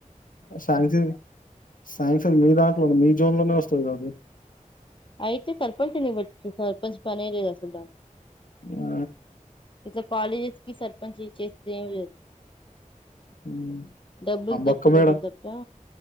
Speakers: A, on the left (about 80°); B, on the left (about 40°).
A: సాన్క్షంగ్ సాన్క్షంగ్ మీ దాంట్లోనే మీ జాన్లోకే వస్తది అది
B: అయితే సర్పంచ్ నీ బట్టి సర్పంచ్ మనర అస్త అందా
A: ఆ
B: ఇట్ల కాలేజెస్ కి సర్పంచ్ ఇచ్చేకి ఏం లేదు
A: హ్మ్
B: డబ్బలు
A: ఆ
B: దొప్పి
A: బక్క
B: తంటాం
A: మేడం
B: తప్పా